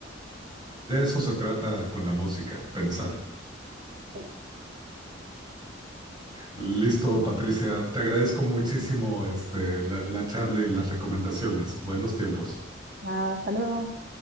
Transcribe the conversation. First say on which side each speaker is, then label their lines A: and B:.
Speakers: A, on the right; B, on the right.
A: de eso se trata con la música, pensar.
B: Eh,
A: Listo, Patricia, te agradezco muchísimo este, la la charla y las recomendaciones. Buenos tiempos.
B: Nada, hasta luego.